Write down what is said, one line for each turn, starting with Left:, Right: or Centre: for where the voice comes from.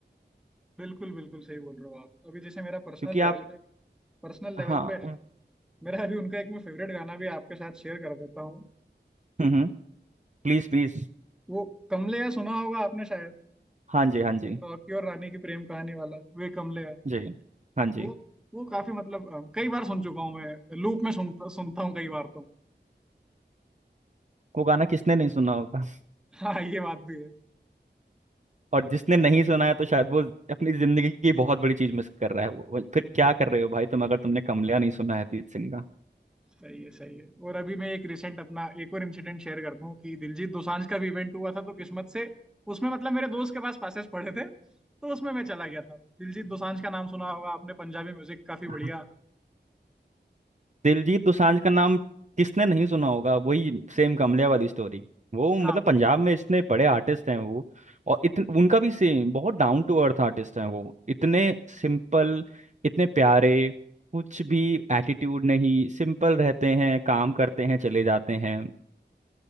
Centre: बिल्कुल बिल्कुल सही बोल रहे हो आप अभी जैसे मेरा पर्सनल
Right: क्योंकि
Centre: लेवल
Right: आप
Centre: पे पर्सनल लेवल
Right: हाँ
Centre: पे मेरा अभी उनका एक मैं फेवरेट गाना भी आपके साथ शेयर कर देता हूँ
Right: हम्म Please please
Centre: वो कमलेया सुना होगा आपने शायद
Right: हाँ जी हाँ जी
Centre: रॉकी और रानी की प्रेम कहानी वाला वे कमलेया
Right: जी हाँ जी
Centre: वो वो काफी मतलब अ, कई बार सुन चुका हूँ मैं लूप में सुनता सुनता हूँ कई बार तो
Right: वो गाना किसने नहीं सुना होगा
Centre: हाँ ये बात भी है
Right: और जिसने नहीं सुना है तो शायद वो अपनी जिंदगी की बहुत बड़ी चीज मिस कर रहा है वो वो- फिर क्या कर रहे हो भाई तुम अगर तुमने कमलिया नहीं सुना है अरिजीत सिंह का
Centre: सही है सही है और अभी मैं एक रिसेंट अपना एक और इंसिडेंट शेयर करता हूँ कि दिलजीत दोसांझ का भी इवेंट हुआ था तो किस्मत से उसमें मतलब मेरे दोस्त के पास पासेस पड़े थे तो उसमें मैं चला गया था दिलजीत दोसांझ का नाम सुना होगा आपने पंजाबी म्यूजिक काफी
Right: हाँ।
Centre: बढ़िया
Right: दिलजीत दोसांझ का नाम किसने नहीं सुना होगा वही सेम कमलिया वाली स्टोरी वो मतलब
Centre: हाँ
Right: पंजाब में इतने बड़े आर्टिस्ट हैं वो और इतन उनका भी सेम बहुत डाउन टू अर्थ आर्टिस्ट हैं वो इतने सिंपल इतने प्यारे कुछ भी एटीट्यूड नहीं सिंपल रहते हैं काम करते हैं चले जाते हैं